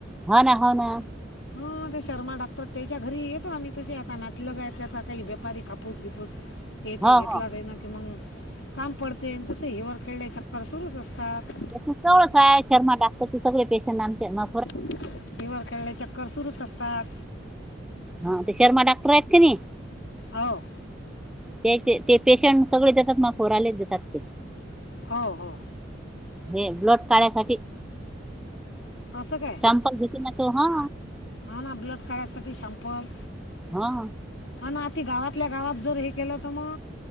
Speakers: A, in the centre; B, on the left.
A: हो ना हो ना
B: हा ते शर्मा डाक्टर त्याच्या घरी येतो आम्ही तसे आता नातलगाय त्याचा काही व्यापारी का कापूसबीपूस हे ते
A: हो
B: घेतला
A: हो
B: त्याएन त मग काम पडते तसे हिवर खेळले चक्कर सुरूच असतात.
A: सवळं काय शर्म टाकत, क सगळे पेशंट आमचे ना.
B: हिवर खेळले चक्कर सुरूच असतात.
A: हा ते शर्मा डॉक्टर आहेत की नी
B: अओ
A: त्या ते पेशंट सगळे देतात म फोरालेच देतात ते.
B: हो हो.
A: हे ब्लड काढयसाठी
B: असं काय
A: सांपल घेते ना तो हा.
B: हा ना, ब्लड काढायसाठी शॅपल.
A: हा.
B: हो ना ती गावातल्या गावात जर हे केलं तर म